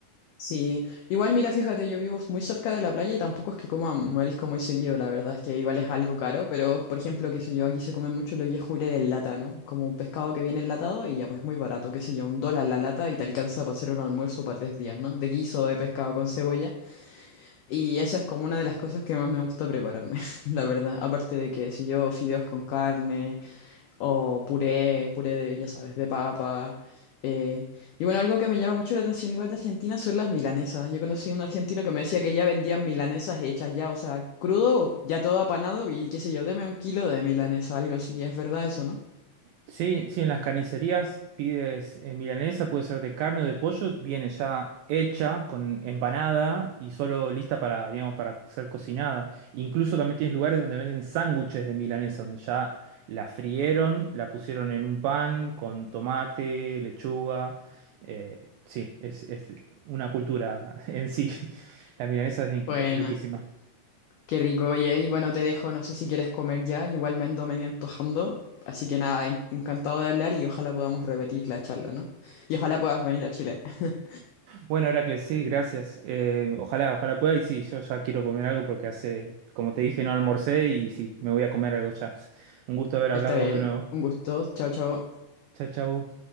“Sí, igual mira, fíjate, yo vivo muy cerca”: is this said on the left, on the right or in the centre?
Left